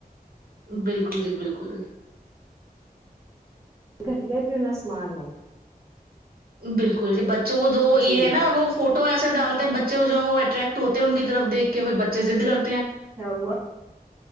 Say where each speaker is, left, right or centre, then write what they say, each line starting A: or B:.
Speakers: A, on the right; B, on the right.
A: بالکل جی بالکل
B: گھٹیا کیو نہ سا مان ہو
A: بالکل جی بچوں کو جو یہ
B: جی
A: ہے نا وہ فوٹو ایسے ڈالتے ہیں بچھا جو ہیں وہ اٹریکٹ ہوتے ہیں ان کی طرف دکھ کے وہ بچے ضد کرتے ہیں
B: کیا ہوا